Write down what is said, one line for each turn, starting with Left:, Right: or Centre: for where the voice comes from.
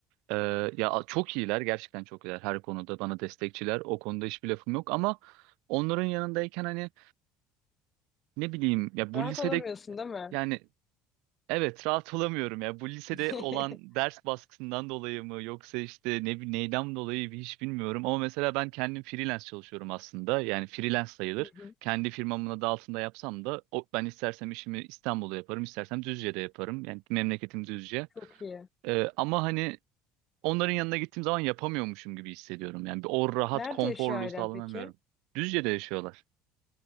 Right: Ee, ya çok iyiler gerçekten çok iyiler her konuda bana destekçiler. O konuda hiçbir lafım yok ama onların yanındayken hani ne bileyim ya bu
Left: Rahat
Right: lisede
Left: olamıyorsun değil mi?
Right: yani Evet rahat olamıyorum ya. Bu lisede
Left: <laughs>
Right: olan ders baskısından dolayı mı yoksa işte ne bi- neyden dolayı bir hiç bilmiyorum. Ama mesela ben kendim freelance çalışıyorum aslında. Yani freelance sayılır.
Left: Hı hı.
Right: Kendi firmamın adı altında yapsam da o, ben istersem işimi İstanbul'da yaparım, istersem Düzce'de yaparım. Yani memleketim Düzce.
Left: Çok iyi.
Right: Ee, ama hani onların yanına gittiğim zaman yapamıyormuşum gibi hissediyorum. Yani bir o rahat
Left: Nerede
Right: konforluğu
Left: yaşıyor ailen
Right: sağlanamıyorum.
Left: peki?
Right: Düzce'de yaşıyorlar.